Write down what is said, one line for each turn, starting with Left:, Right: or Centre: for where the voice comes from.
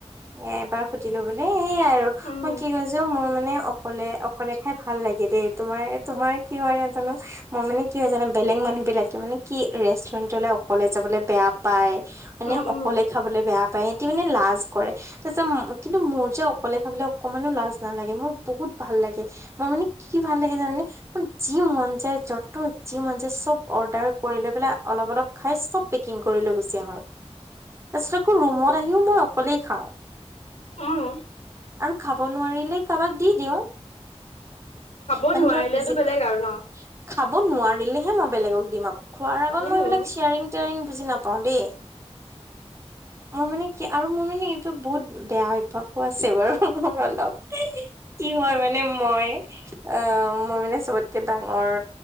Right: এ এবাৰ সুধিলো বোলে। এইয়াই আৰু
Left: উম
Right: মই কি কৈছোঁ মোৰ মানে অ অকলে অকলে খাই ভাল লাগে দেই তোমাৰ তোমাৰ কি হয় নাজানো মই মানে কি হয় জানা বেলেগ মানুহ বিলাকে মানে কি ৰেষ্টুৰেন্ট টলে অকলে যাবলে বেয়া পায় মানে
Left: উম উম
Right: অকলে খাবলৈ বেয়া পায় সিহঁতি মানে লাজ কৰে। তাৰপিছত মো কিন্তু মোৰ যে অকলে খাবলে অকমানো লাজ নালাগে মোৰ বহুত ভাল লাগে। মই মানে কি ভাল লাগে জানানে? মোৰ যি মন যায় য'ত যি মন যায় চব অৰ্ডাৰ কৰি লৈ পেলাই অলপ অলপ খাই চব পেকিং কৰি লৈ গুচি আহোঁ। তাৰপিছত আকৌ ৰুমত আহিও মই অকলেই খাওঁ।
Left: উম।
Right: আৰু খাব নোৱাৰিলে কাবাক দি দিওঁ।
Left: খাব
Right: মানে
Left: নোৱাৰিলেটো
Right: ধৰ পিজিত
Left: বেলেগ আৰু ন
Right: খাব নোৱাৰিলেহে মই বেলেগক দিম আকৌ খোৱাৰ আগত
Left: উম
Right: মই এইবিলাক চেয়াৰিং টেয়াৰিং বুজি নাপাওঁ দেই। মোৰ মানে কি আৰু মোৰ মানে এইটো বহুত বেয়া অভ্যাসো আছে বাৰু মোৰ অলপ। কি হয় মানে মই অ মই মানে চবতকে ডাঙৰ